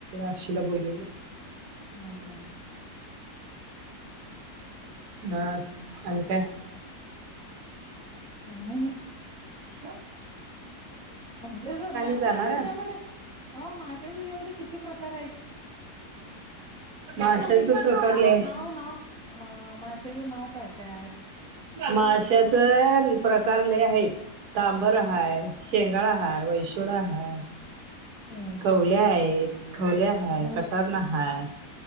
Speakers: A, on the right; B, in the centre.
A: अक्षीला बोलवले.
B: ह हा.
A: ह आणि काय..
B: काय नाही
A: हा
B: माशच माशाच्याच्यामध्ये
A: जाणार आहे
B: न माशाच्याच्यामध्ये किती प्रकार आहेत.
A: ाच <unintelligible> करी ले
B: नाव नाव माशचं नाव काय काय.
A: माशाच प्रकार लई आहे. तांबर हाय शेंगाळा हाय वैसोडा हाय.
B: हम्
A: खोल्या आहेत खवल्या हाय
B: हं.
A: कटारन हाय.